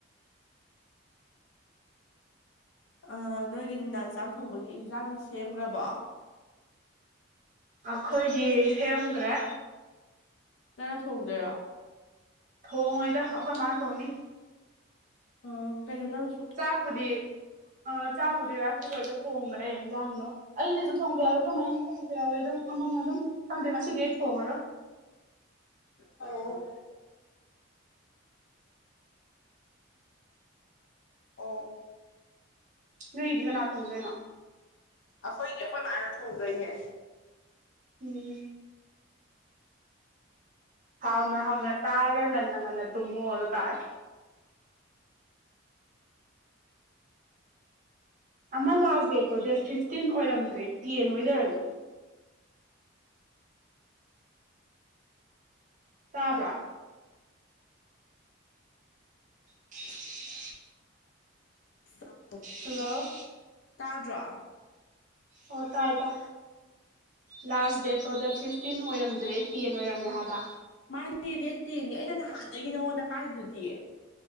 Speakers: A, on the left; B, on the right.
A: ꯑ ꯅꯣꯏꯒꯤ ꯅꯨꯡꯗꯥꯡ ꯆꯥꯛ ꯊꯣꯡꯕꯒꯤ ꯏꯟꯁꯥꯡ ꯁꯦꯝꯈ꯭ꯔꯕꯣ꯫
B: ꯑꯩꯈꯣꯏꯒꯤ ꯁꯦꯝꯒ꯭ꯔꯦ꯫
A: ꯅꯪꯅ ꯊꯣꯡꯗꯣꯏꯔꯣ꯫
B: ꯊꯣꯡꯉꯣꯏꯗ ꯑꯩꯈꯣꯏ ꯃꯥꯅ ꯊꯣꯡꯅꯤ꯫
A: ꯑꯣ ꯀꯩꯩꯅꯣ ꯅꯪꯅꯁꯨ꯫
B: ꯆꯥꯛꯄꯨꯗꯤ ꯆꯥꯛꯄꯨꯗꯤ ꯔꯥꯏꯁꯀꯨꯀ꯭ꯔꯗ ꯊꯣꯡꯕꯅꯦ ꯏꯟꯖꯥꯡꯗꯣ꯫ ꯑꯩꯩꯅꯁꯨ ꯊꯣꯡꯕ ꯌꯥꯎꯋꯦ ꯈꯨꯔꯃꯥꯏꯅꯁꯨ ꯊꯣꯡꯕ ꯌꯥꯎꯋꯦ ꯑꯗꯨꯝ ꯑꯃꯃ ꯑꯗꯨꯝ ꯈꯪꯗꯦ ꯉꯁꯤꯒ ꯊꯣꯡꯉꯔ
A: ꯑ <unintelligible> ꯑꯣ
B: ꯅꯣꯏꯗꯤ ꯀꯅꯥ ꯊꯣꯡꯗꯣꯏꯅꯣ
A: ꯑꯩꯈꯣꯏꯗꯤ ꯑꯩꯈꯣꯏ ꯃꯥꯅ ꯊꯣꯡꯗꯣꯏꯅꯦꯦ
B: ꯎꯝ ꯍꯥꯎꯅ ꯍꯥꯎꯅ ꯆꯥꯔꯒ ꯉꯟꯅ ꯉꯟꯅ ꯇꯨꯝꯃꯣ ꯑꯗꯨ ꯇꯥꯔꯦ ꯑꯃ ꯂꯥꯁ ꯗꯦꯠꯇꯣ ꯗꯦꯠ ꯐꯤꯐꯇꯤꯟ ꯑꯣꯏꯔꯝꯗ꯭ꯔꯦ ꯇꯦꯟ ꯑꯣꯏꯅ ꯂꯩꯔꯝꯃꯤ ꯇꯥꯕ꯭ꯔꯥ <unintelligible>
A: ꯁꯝ
B: ꯍꯜꯂꯣ
A: ꯇꯥꯗ꯭ꯔꯣ
B: ꯍꯣ ꯇꯥꯏ ꯇ ꯂꯥꯁ ꯗꯦꯠꯇꯣ ꯗ ꯐꯤꯐꯇꯤꯟ ꯑꯣꯏꯔꯝꯗ꯭ꯔꯦ ꯇꯦꯟ ꯑꯣꯏꯔꯝꯃꯦ ꯍꯥꯏꯕ
A: ꯃꯥꯅꯦ ꯔꯦꯠꯇꯦꯅꯦ ꯑꯩꯅ ꯅꯍꯥꯟꯗꯒꯤ ꯅꯉꯣꯟꯗ ꯍꯥꯏꯗꯨꯗꯤ